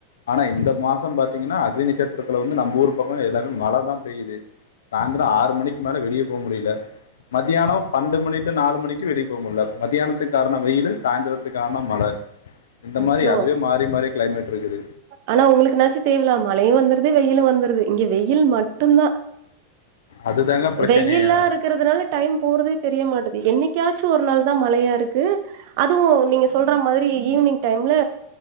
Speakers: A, on the left (about 60°); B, on the right (about 50°).
A: ஆனா இந்த மாசோ பாத்தீங்கன்னா அக்னி நட்சத்திரத்தில வந்து நம்ப ஊர் பக்கோ எல்லாமே மழதா பெய்யுது சாயந்தரோ ஆறு மணிக்கு மேல வெளிய போக முடியல மத்தியானோ பன்னெண்டு மணி டு நாலு மணிக்கு வெளிய போக முடில மத்தியானத்துக் காரணோ வெயிலு சாய்ந்திரத்துக்கு காரணோ மழ இந்த
B: அச்சோ
A: மாரி அதுவே மாறி மாறி கிளைமேட் இருக்குது.
B: ஆனா உங்களுக்குனாச்சு தேவல மழையு வந்துருது வெயிலு வந்துருது இங்க வெயில் மட்டுந்தா
A: அதுதாங்க பிரச்சனையே
B: வெயில்லா இருக்கிறதுனால டைம் போறதே தெரிய மாட்டது என்னைக்காச்சு ஒரு நாள்தா மழையா இரு க்கு அதுவு நீங்க சொல்ற மாரி ஈவினிங் டைம்ல